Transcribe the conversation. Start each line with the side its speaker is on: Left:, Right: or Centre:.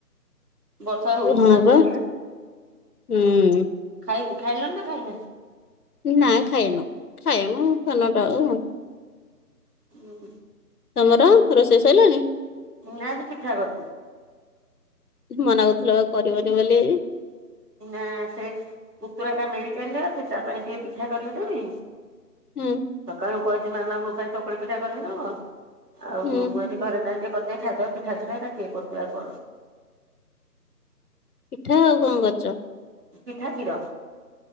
Right: ବର୍ଷା ହଉଚି
Left: ହଁ
Right: ପା ଯୋରିଆ।
Left: ବା ହୁଁ
Right: ଖାଇବୁ ଖାଇଲଣି ନା ଖାଇନା?
Left: ନାଇଁ ଖାଇନୁ। ଖାଇବୁ ସାଢେ ନଅ ଟା ବେଳ କୁ ଆଉ।
Right: ହୁଁ।
Left: ତମର ରୋଷେଇ ସଇଲାଣି।
Right: ନା ଆଜି ପିଠା କରିଥିଲି।
Left: ମନା କରୁଥିଲ ବା କରିବନି ବୋଲି ଆଜି?
Right: ନା ସେ ପୁତୁରା ଟା ମେଡିକାଲ ରେ ଅଛି, ତାପାଇଁ ଟିକେ ପିଠା କରିକି ଦେବି।
Left: ହୁଁ।
Right: ସକାଳୁ କହିଚି ମାମା ମୋ ପାଇଁ ଚକୁଳି ପିଠା କରିକି ଦବ। ଆଉ
Left: ହୁଁ।
Right: <unintelligible> ଘରେ <unintelligible> କରିଦିଅ ଖାଇଦେବା ପିଠାଥିରେ ଏରା କିଏ କରୁଚି ଆଉ କଣ।।
Left: ପିଠା ଆଉ କଣ କରିଚ?
Right: ପିଠା କ୍ଷୀର।